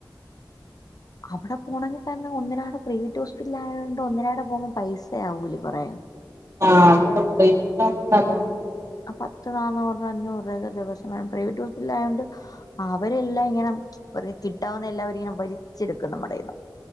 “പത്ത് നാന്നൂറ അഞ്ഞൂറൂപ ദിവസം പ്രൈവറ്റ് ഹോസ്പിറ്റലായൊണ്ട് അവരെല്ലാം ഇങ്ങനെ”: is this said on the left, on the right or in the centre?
Left